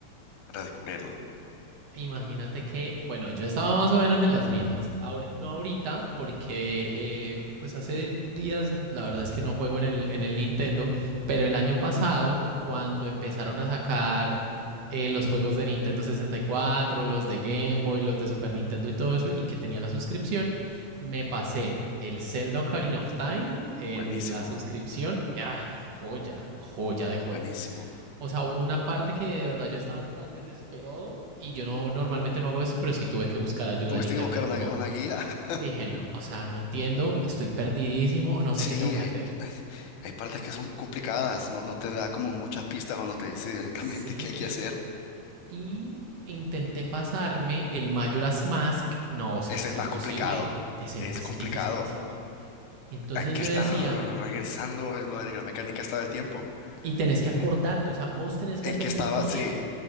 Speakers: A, on the left (about 80°); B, on the right (about 70°).
A: redescubrirlo.
B: Imagínate que, bueno, yo estaba más o menos en las mismas. Ahora- no ahorita, porque eh, pues hace días la verdad es que no juego en el, en el Nintendo, pero el año pasado, cuando empezaron a sacar eh, los juegos de Nintendo 64, los de Game Boy, los de Super Nintendo y todo eso, y que tenía la suscripción, me pasé el Zelda Ocarina of Time en
A: Buenísimo.
B: la suscripción. Ah, joya, joya de juego.
A: Buenísimo.
B: O sea, hubo una parte que de verdad yo estaba tan desesperado y yo no normalmente no hago eso, pero sí tuve que buscar ayuda
A: Tuviste
B: en internet.
A: que buscar
B: Como
A: una, una guía. <laughs>
B: dije, no, o sea, no entiendo, estoy perdidísimo, no
A: Sí,
B: sé qué tengo que
A: hay,
B: hacer.
A: eh, hay partes que son complicadas, no, no te da como muchas pistas o no te dice directamente
B: Cero.
A: <laughs> qué hay que hacer.
B: Y intenté pasarme el Majora's Mask. No, o sea,
A: Ese
B: es
A: es
B: imposible.
A: más complicado,
B: Es,
A: es
B: es
A: complicado.
B: dificilísimo. Y entonces
A: Hay que
B: yo
A: estar
B: decía,
A: regresando, es lo de la mecánica está del tiempo.
B: y tenés
A: Eh,
B: que acordarte, o sea, vos tenés que
A: ¿en
B: hacer
A: qué estaba?
B: memoria.
A: Sí,